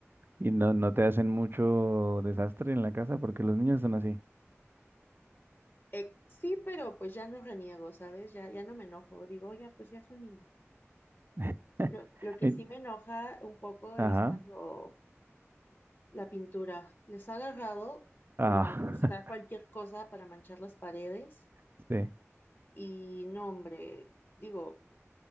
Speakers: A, on the right (about 50°); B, on the left (about 50°).
A: Y no, no te hacen mucho desastre en la casa porque los niños son así.
B: Eh, sí, pero pues ya no reniego, ¿sabes? Ya, ya no me enojo. Digo, ya, pues ya son niños.
A: <laughs>
B: Lo, lo que
A: Y-
B: sí me enoja un poco
A: Ajá,
B: es cuando la pintura les ha agarrado
A: ah,
B: por buscar cualquier cosa para manchar las paredes
A: <laughs> sí,
B: Y no, hombre, digo,